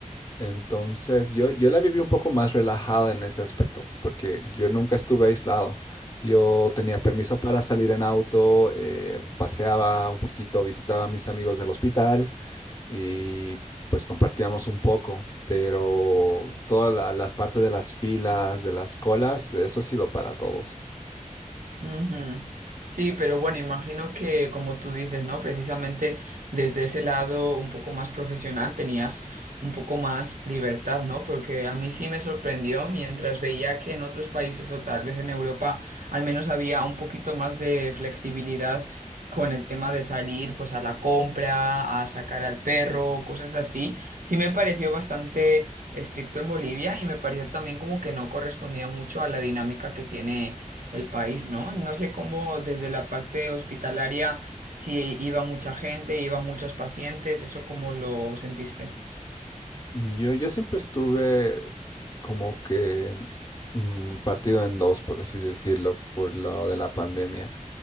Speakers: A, on the left; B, on the right.
A: Entonces, yo, yo la viví un poco más relajada en ese aspecto, porque yo nunca estuve aislado. Yo tenía permiso para salir en auto, eh, paseaba un poquito, visitaba a mis amigos del hospital y pues compartíamos un poco, pero todas la- las partes de las filas, de las colas, eso ha sido para todos.
B: Ujú. Sí, pero bueno, imagino que como tú dices, ¿no? Precisamente desde ese lado un poco más profesional tenías un poco más libertad, ¿no? Porque a mí sí me sorprendió mientras veía que en otros países o tal vez en Europa al menos había un poquito más de flexibilidad con el tema de salir pues a la compra, a sacar al perro, cosas así. Sí me pareció bastante estricto en Bolivia y me pareció también como que no correspondía mucho a la dinámica que tiene el país, ¿no? No sé cómo desde la parte hospitalaria, si iba mucha gente, iban muchos pacientes, ¿eso cómo lo sentiste?
A: Yo, yo siempre estuve como que mm, partido en dos, por así decirlo, por lo de la pandemia.